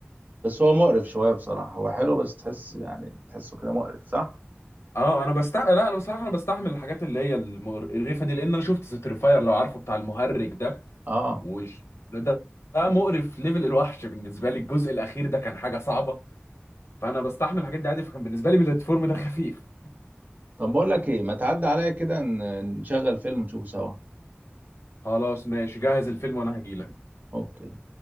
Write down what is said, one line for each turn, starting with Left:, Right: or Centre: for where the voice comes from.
Right: بس هو مقرف شوية بصراحة هو حلو بس تحس يعني تحسه كده مقرف صح؟
Left: اه انا بستع لا انا بصراحه انا بستحمل الحاجات اللي هي المقرفه دي لان انا شفت ستريفاير لو عارفه بتاع المهرج ده
Right: آه
Left: وش ده ده مقرف ليفل الوحش بالنسبه لي الجزء الاخير ده كان حاجه صعبه فانا بستحمل الحاجات دي عادي فكان بالنسبه لي بلاتفورم ده خفيف
Right: طب بقول لك إيه ما تعدي عليا كده ن- نشغل فيلم ونشوفه سوا
Left: خلاص ماشي جهز الفيلم وانا هجيلك
Right: أوكي